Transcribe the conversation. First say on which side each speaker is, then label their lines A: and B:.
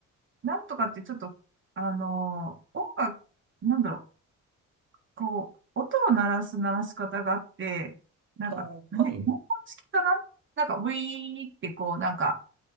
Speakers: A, on the right; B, on the right.
A: う、なんとかってちょっと、あのー、音楽、なんだろう、こう、音を鳴らす鳴らし方があって、なんか、
B: ああ、
A: ね、
B: はい。
A: 文法式かななんか、ウィーってこう、なんか、